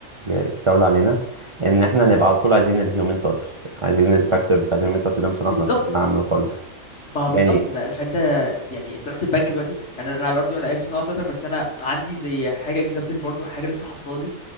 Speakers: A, on the right (about 35°); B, on the left (about 60°).
A: ي- يستولى علينا ان احنا نبقى على طول عايزين الهيومن تاتش عايزين الفاكتور بتاع الهيومن تاتش ده مش هنعرف
B: بالظبط
A: نتخلى عنه خالص
B: ما هو بالظبط
A: يعني
B: بقى فانت يعني انت رحت البنك دلوقتي يعني انا برضو انا اسف ان انا قطعتك بس انا عندي زي حاجه اكزامبل برضو حاجه لسه حاصله لي